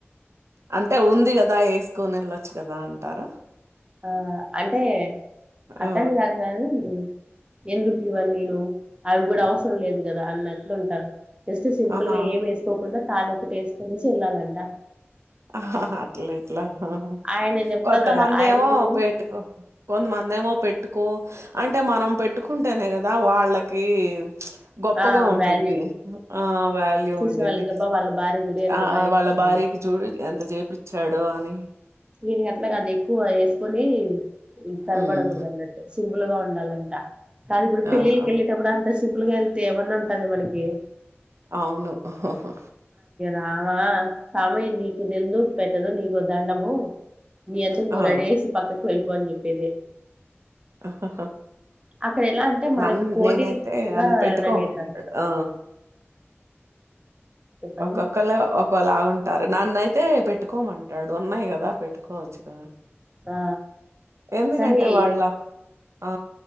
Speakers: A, on the right; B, on the right.
A: అంటే ఉం ది కదా ఏసుకోని వెళ్ళొచ్చు కదా అంటారా
B: ఆ అంటే అట్టని
A: ఆ
B: కాదు గానీ ఎందుకు ఇవ్వన్నినూ అవి ఇప్పుడు అవసరం లేదు కదా అన్నట్లు ఉంటారు జస్ట్ సింపుల్
A: ఆహా
B: గా ఏం వేసుకోకుండా తాలోకటి వేసుకోనేసి వెళ్ళాలంట
A: ఆహాహా అట్లేట్లా ఉహు
B: ఆయన చెప్తారు
A: కొంతమంది
B: ఆయనకేమి
A: ఏమో పెట్టుకో కొంతమంది ఏమో పెట్ పెట్టుకో అంటే మనం పెట్టుకుంటేనే కదా వాళ్ళకి గొప్పగా
B: ఆ
A: ఉండిద్దీ
B: వాల్యూ
A: ఆ వాల్యూ
B: చూసే
A: ఉండిద్ది
B: వాళ్ళకి అబ్బా వాళ్ళ భార్య చూడు ఎంత
A: ఆ
B: బాగా వేసుకుంది
A: వాళ్ళ భార్యకి
B: అన్నట్టు
A: చూడు ఎంత చేపిచ్చాడో అని
B: ఇనకి అట్లాగాద్ ఎక్కువ వేసుకొని తరపడకూడదు
A: ఉమ్
B: అన్నట్టు సింపుల్ గా ఉండాలంటా కాదు ఇప్పుడు పెళ్ళిళ్ళకి
A: ఆ
B: వెళ్ళేటప్పుడు అంత సింపుల్ గా వెళ్తే ఏమన్నా ఉంటాదా మనకి ఏ
A: అవును హు హ్
B: రామా సామి నీకు తెల్దు పెట్టదు నీకో దండము నీ అంతకు
A: ఆ!
B: నువ్ రెడీ అయ్యేసి పక్కకు వెళ్ళిపో అని చెప్పేది
A: ఆహ్ హ్
B: అక్కడ ఎలా అంటే మనకి
A: నన్న
B: పోటీగా
A: నేనైతే అన్ పెట్టుకోమంటాడు
B: రెడీ అయితారు
A: ఆ
B: చెప్పండి
A: ఒక్కొక్కలు ఒకలాగుంటారు నన్నుయితే పెట్టుకోమంటాడు ఉన్నాయి కదా పెట్టుకోవచ్చు ద
B: ఆ
A: ఎందుకంటే
B: కానీ
A: వాళ్ళ ఆ